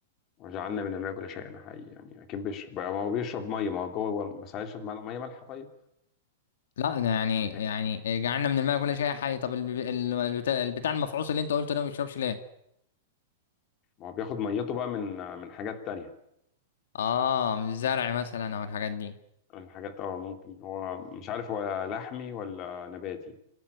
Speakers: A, on the left (about 30°); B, on the left (about 80°).
A: وجعلنا من الماء كل شيء انا حقيقي يعني اكيد بيشرب بقى ما هو بيشرب ميه ما هو جوه هو- بس هيشرب ميه مية مالحه طيب
B: لا أنا يعني
A: عشان تقل
B: يعني جعلنا من الماء كل شيء حي طب الب- ال- البتاع البتاع المفعوص اللي انت قلته ده ما بيشربش ليه
A: ما هو بياخد ميته بقى من من حاجات تانية
B: اه من الزرع مثلا او الحاجات دي
A: من حاجات اه ممكن هو مش عارف هو لحمي ولا نباتي